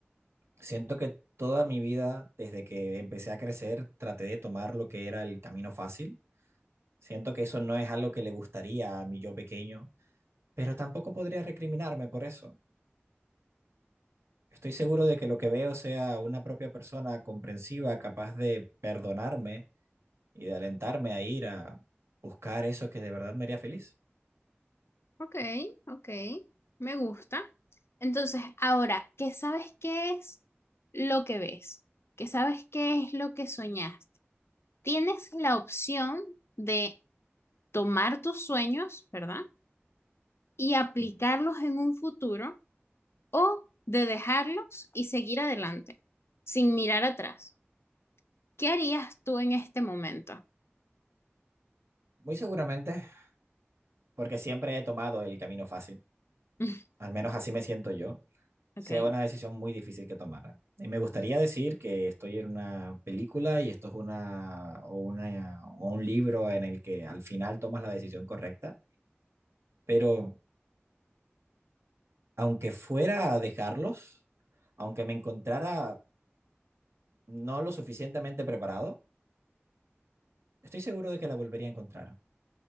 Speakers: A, on the right; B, on the left.
A: siento que toda mi vida, desde que empecé a crecer, traté de tomar lo que era el camino fácil. Siento que eso no es algo que le gustaría a mi yo pequeño, pero tampoco podría recriminarme por eso. Estoy seguro de que lo que veo sea una propia persona comprensiva, capaz de perdonarme y de alentarme a ir a buscar eso que de verdad me haría feliz.
B: ok, ok, me gusta. Entonces, ahora, ¿qué sabes qué es lo que ves? ¿Qué sabes qué es lo que soñaste? Tienes la opción de tomar tus sueños, ¿verdad? Y aplicarlos
A: Ujú.
B: en un futuro o de dejarlos y seguir adelante, sin mirar atrás. ¿Qué harías tú en este momento?
A: Muy seguramente, porque siempre he tomado el camino fácil,
B: <laughs>
A: al menos así me siento yo,
B: Ok,
A: sea una decisión muy difícil que tomara. Y me gustaría decir que estoy en una película y esto es una o una o un libro en el que al final tomas la decisión correcta, pero aunque fuera a dejarlos, aunque me encontrara no lo suficientemente preparado, estoy seguro de que la volvería a encontrar.